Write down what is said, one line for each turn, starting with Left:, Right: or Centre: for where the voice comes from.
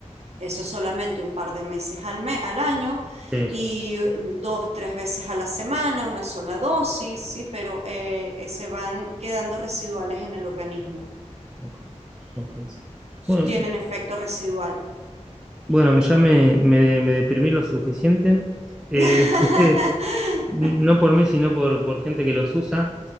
Right: Eso es solamente un par de meses al, me- al año
Centre: sí.
Right: y dos, tres veces a la semana, una sola dosis, ¿sí? Pero eh, eh, se van quedando residuales en el organismo.
Centre: ok, ok. Bueno,
Right: Tienen efecto residual.
Centre: bueno, ya me, me, me deprimí lo suficiente. Eh,
Right: <laughs>
Centre: <laughs> no por mí, sino por, por gente que los usa.